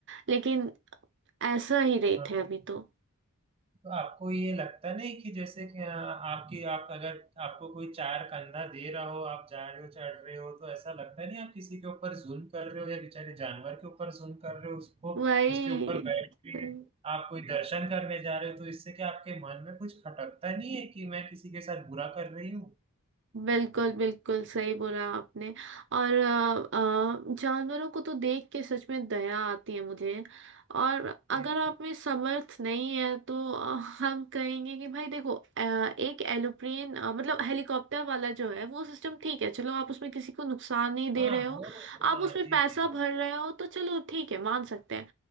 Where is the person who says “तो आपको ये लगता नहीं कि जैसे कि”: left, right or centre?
Right